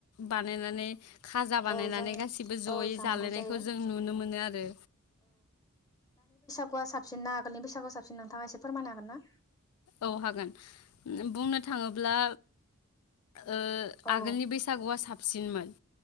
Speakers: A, on the left (about 80°); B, on the left (about 15°).
A: बानायनानै खाजा बानायनानै
B: औ जों
A: गासिबो जयै
B: औ जानांगौ
A: जालायनायखौ
B: जायो
A: जों नुनो मोनो आरो
B: गु आं साबसिनना आगोलनि बैसागुआ साबसिन नोंथाङा इसे फोरमायनो हागोन ना?
A: औ हागोन बुंनो थाङोब्ला ओ
B: औ
A: आगोलनि बैसागुआ साब सिनमोन